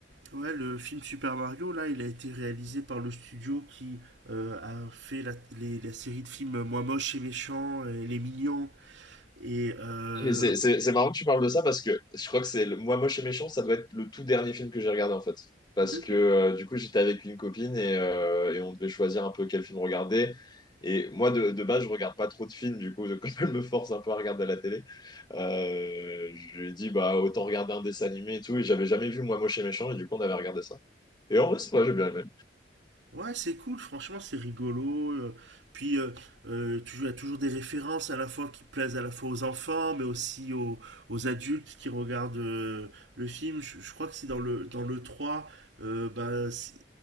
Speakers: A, on the right; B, on the left.
A: Ouais, le film Super Mario, là, il a été réalisé par le studio qui euh, a fait la, les- la série de films Moi moche et méchant et Les mignons et euh,
B: Mais c'est c'est- c'est marrant que tu parles de ça parce que je crois que c'est le, moi moche et méchant, ça doit être le tout dernier film que j'ai regardé en fait. Parce
A: Ok.
B: que euh, du coup j'étais avec une copine et, euh, et on devait choisir un peu quel film regarder. Et moi de, de base je regarde pas trop de films du coup <laughs> quand elle me force un peu à regarder à la télé, euh, je lui ai dit bah autant regarder un dessin animé et tout et j'avais jamais vu moi moche et méchant et du coup on avait regardé ça. Et en vrai c'est vrai j'ai bien aimé.
A: Ouais, c'est cool, franchement, c'est rigolo. euh, Puis, euh, euh, tu- as toujours des références à la fois qui plaisent à la fois aux enfants, mais aussi aux, aux adultes qui regardent euh, le film. Je, je crois que c'est dans le, dans le 3. euh, bah, c'est